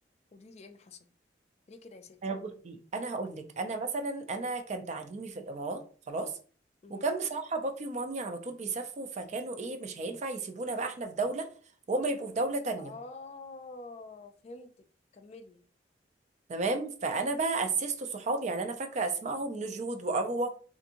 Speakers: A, on the left; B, on the right.
A: قولي لي ايه اللي حصل؟ ليه كده يا ستي؟
B: انا بصي انا هقول لك انا مثلا انا كان تعليمي في الامارات خلاص
A: مهم.
B: وكان بصراحه بابي ومامي على طول بيسافروا فكانوا ايه مش هينفع يسيبونا بقى احنا في دوله وهم يبقوا في دوله تانية
A: اه فهمتك كملي
B: تمام فانا بقى اسست صحابي يعني انا فاكره اسمائهم نجود واروى